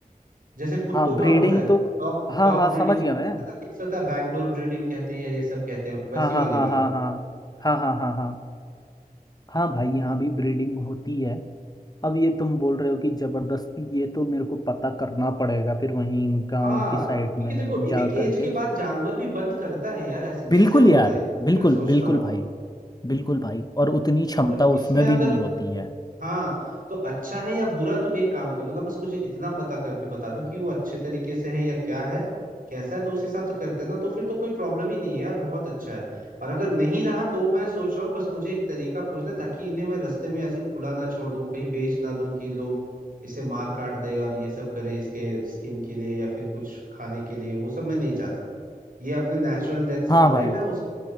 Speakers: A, on the right; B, on the left.
A: जैसे कुत्तों
B: हाँ
A: का
B: ब्रीडिंग
A: होता है
B: तो
A: डॉग
B: हाँ
A: डॉग
B: हाँ
A: ब्रीडिंग
B: समझ
A: होता
B: गया
A: है
B: मैं
A: पता है ना कैसे होता है बैकडोर ब्रीडिंग कहते हैं या ये सब कहते हैं वैसी
B: हाँ हाँ
A: वाली
B: हाँ
A: बात
B: हाँ हाँ हाँ हाँ हाँ हाँ हाँ भाई यहाँ भी ब्रीडिंग होती है अब ये तुम बोल रहे हो कि जबरदस्ती ये तो मेरे को पता करना पड़ेगा फिर वहीं गांव
A: हाँ
B: की साइड
A: क्योंकि
B: में
A: देखो
B: जा
A: एक एज
B: करके
A: के बाद जानवर भी बंद करता है यार ऐसे कैसे
B: बिल्कुल
A: होता
B: यार
A: है ये
B: बिल्कुल
A: तो मैं सोच
B: बिल्कुल
A: रहा हूँ
B: भाई बिल्कुल भाई और उतनी क्षमता
A: पर इसमें
B: उसमें
A: अगर
B: भी नहीं होती है
A: हाँ तो अच्छा है या बुरा तुम एक काम करो ना बस मुझे इतना पता करके बता दो कि वो अच्छे तरीके से है या क्या है कैसा है तो उस हिसाब से करते हैं ना तो फिर तो कोई प्रॉब्लम ही नहीं है यार बहुत अच्छा है और अगर नहीं रहा तो मैं सोच रहा हूँ बस मुझे एक तरीका खोजना है, ताकि इन्हें मैं रास्ते में ऐसे खुला ना छोड़ दूँ कहीं बेच ना दूँ कि लोग इसे मार काट दे और ये सब करे इसके स्किन के लिए या फिर कुछ खाने के लिए वो सब मैं नहीं चाहता ये अपने नेचुरल डेथ से
B: हाँ
A: मरे
B: भाई
A: मैं उस